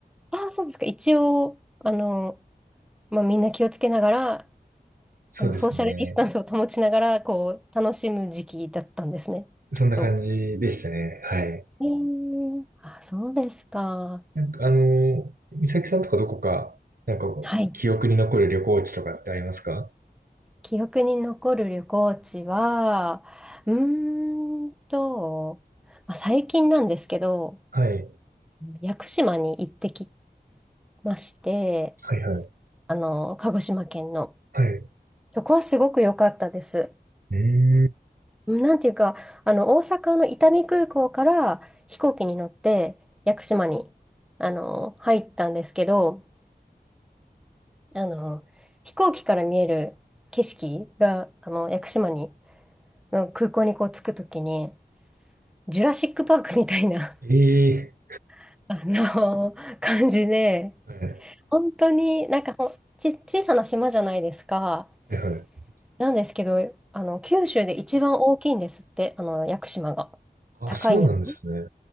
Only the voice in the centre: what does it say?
ああ、そうですか。一応、あの、まあ、みんな気をつけながら、
あの、ソーシャルディスタンスを保ちながら、こう、楽しむ時期だったんですね、
きっと。
えー、あ、そうですか。
はい。記憶に残る旅行地は、うーんと、まあ、最近なんですけど、
屋久島に行ってきまして、
あの、鹿児島県の。
そこはすごく良かったです。
うんなんていうか、あの、大阪の伊丹空港から飛行機に乗って屋久島に、あの、入ったんですけど、あの、飛行機から見える景色が、あの、屋久島に、の空港にこう着くときに、ジュラシックパークみたいな、
<laughs> あの、感じで、
本当になんかほんち、小さな島じゃないですか。
なんですけど、あの、九州で一番大きいんですって、あの、屋久島が。
高い山。